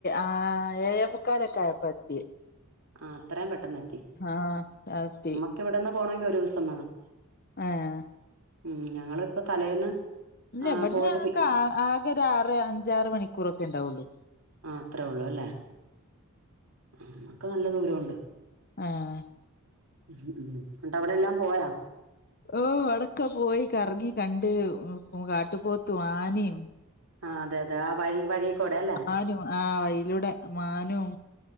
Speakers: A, on the left (about 45°); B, on the right (about 70°).
A: ആഹ് ഏഴെമുക്കാലൊക്കെ ആയപ്പാത്യേ
B: ആഹ് അത്രയും പെട്ടെന്നെത്തി
A: ആഹ് എത്തി
B: നിക്കിവിടെന്ന് പോണോങ്കി ഒരു ദിവസം വേണം
A: ഏഹ്
B: ഉം ഞങ്ങളിപ്പൊ തലേന്ന്
A: ഇല്ല
B: ആ
A: ഇവിട്ന്ന്
B: പോയിട്ട്
A: ഞങ്ങക്ക്
B: പി
A: ആ ആകെ ഒരു ആറ് അഞ്ചാറ് മണിക്കൂറൊക്കെണ്ടാവൊള്ളൂ
B: ആഹ് അത്രേ ഉള്ളൂ അല്ലേ? ആ നമ്മക്ക് നല്ല ദൂരൊണ്ട്
A: ആഹ്
B: ഉം ഉം ഉം ണ്ട അവിടെ എല്ലാം പോയാ?
A: ഓഹ് ഔടൊക്കെ പോയി കറങ്ങി കണ്ട് കാട്ടുപോത്തും ആനിം
B: ആഹ് അതെ അതെ ആ വഴി വഴിക്കൂടെ അല്ലേ
A: മാനും ആഹ് വയിലൂടെ മാനും